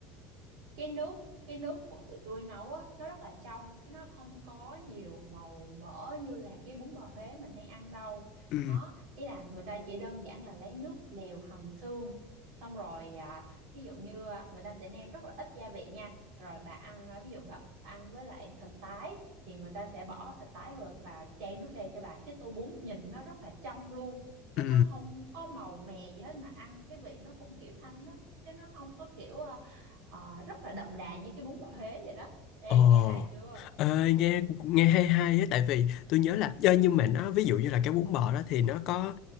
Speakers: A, on the right; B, on the left.
A: cái nước cái nước của tụi tôi nấu á nó rất là trong chứ nó không có nhiều màu mỡ như là cái bún bò Huế mình hay ăn đâu
B: Ừ,
A: đó ý là người ta chỉ đơn giản là lấy nước lèo hầm xương xong rồi à, ví dụ như à, người ta sẽ nêm rất là ít gia vị nha rồi bà ăn à, ví dụ bà ăn với lại thịt tái thì người ta sẽ bỏ thịt tái vào và chan nước lèo cho bà cái tô bún nhìn nó rất là trong luôn chứ
B: ừ,
A: nó không có màu mè gì hết mà ăn cái vị nó cũng kiểu thanh lắm chứ nó không có kiểu à, Ờ, rất là đậm đà như cái bún bò Huế vậy đó. Ê,
B: ờ.
A: nghe lại chưa?
B: Ê, nghe nghe hay hay á, tại vì tôi nhớ là ờ, nhưng mà nó ví dụ như là cái bún bò đó thì nó có